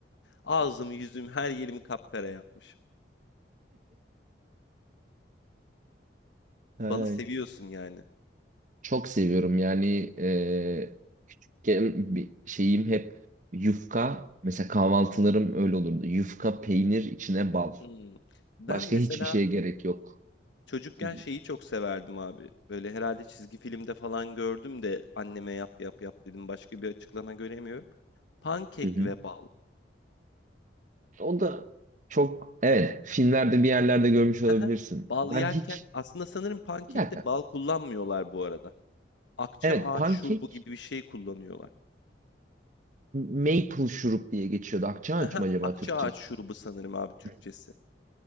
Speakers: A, on the left; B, on the right.
A: Ağzımı, yüzümü, her yerimi kapkara yapmış.
B: Ay,
A: Balı seviyorsun yani.
B: Çok seviyorum yani e, küçükken bir şeyim hep yufka. Mesela kahvaltılarım öyle olurdu. Yufka, peynir, içine bal.
A: Hmm. Ben
B: Başka
A: mesela
B: hiçbir şeye gerek yok.
A: çocukken
B: Hı
A: şeyi çok severdim abi. Böyle herhalde çizgi filmde falan gördüm de anneme yap yap yap dedim. Başka bir açıklama göremiyorum. Pankek
B: hı.
A: ve bal.
B: O da çok evet filmlerde bir yerlerde görmüş olabilirsin.
A: <laughs> Bal
B: Ben
A: yerken
B: hiç
A: aslında sanırım pankekte
B: bir dakika.
A: bal kullanmıyorlar bu arada. Akça
B: Evet
A: ağaç
B: pankek
A: şurubu gibi bir şey kullanıyorlar.
B: maple şurup diye geçiyordu. Akçaaç
A: <laughs> Hıhı.
B: mı acaba
A: Akça
B: Türkçesi?
A: ağaç şurubu sanırım abi Türkçesi.
B: Hı.